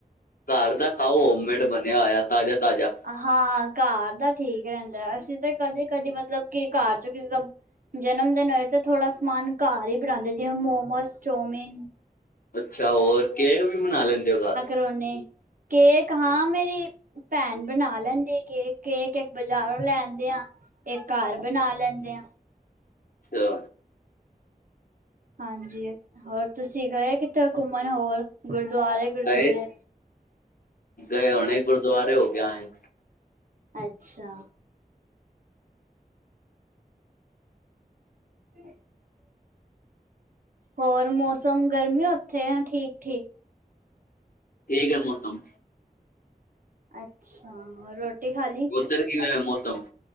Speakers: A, on the left; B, on the right.
A: ਘਰ ਦਾ ਖਾਓ ਹੋਮਮੇਡ ਬਣਿਆ ਹੋਏਆ ਤਾਜ਼ਾ-ਤਾਜ਼ਾ।
B: ਹਾਂ ਘਾਰ ਦਾ ਠੀਕ ਰੈਂਦੈ ਅਸੀ ਤੇ ਕਦੇ ਕਦੀ ਮਤਲਬ ਕਿ ਘਾਰ 'ਚੋਂ ਕਿਸੇ ਦਾ ਜਨਮ ਦਿਨ ਹੋਏ ਤੇ ਥੋੜਾ ਸਮਾਨ ਘਾਰ ਹੀ ਬਨਾਂਦੇ ਜਿਵੇਂ ਮੋਮੋਸ, ਚੋਮਿਨ
A: ਅੱਛਾ, ਹੋਰ ਕੇਕ ਵੀ ਬਣਾ ਲੈਂਦਾ ਓ ਘਾਰ?
B: ਬੀ ਓਨੇ ਕੇਕ ਹਾਂ ਮੇਰੀ ਪੈਂਨ ਬਣਾ ਲੈਂਦੀ ਏ ਕੇਕ। ਕੇਕ ਏੱਕ ਬਜਾਰੋਂ ਲੈਣਦੇ ਆਂ ਏੱਕ ਘਾਰ ਬਣਾ ਲੈਂਦੇ ਆਂ।
A: ਅੱਛਾ।
B: ਹਾਂਜੀ, ਹੋਰ ਤੁਸੀ ਗਏ ਕਿੱਥੇ ਘੁੰਮਣ ਹੋਰ, ਗੁਰਦੁਆਰੇ? ਗੁਰਦੁਆਰੇ
A: <unintelligible> ਗਏ ਹੁਣੇ ਗੁਰਦੁਆਰੇ ਹੋ ਕੇ ਆਏ ਅੰ।
B: ਅੱਛਾ। <unintelligible> ਹੋਰ ਮੌਸਮ ਗਰਮੀ ਏ ਓਥੇ ਅਂ ਠੀਕ-ਠੀਕ।
A: ਤੇਜ ਐ ਮੌਸਮ।
B: ਅੱਛਾ। ਰੋਟੀ ਖਾ ਲੀ?
A: ਓਧਰ ਕਿਵੇਂ ਦਾ ਐ ਮੌਸਮ?